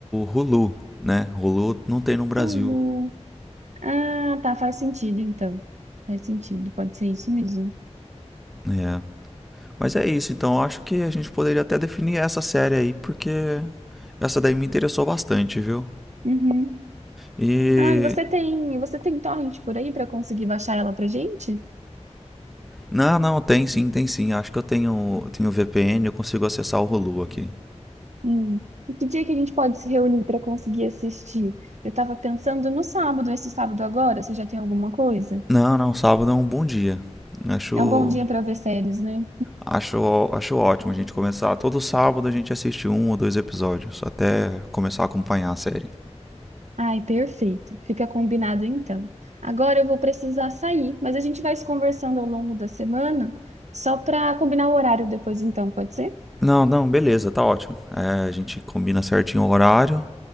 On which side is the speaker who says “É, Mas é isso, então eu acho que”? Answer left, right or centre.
Centre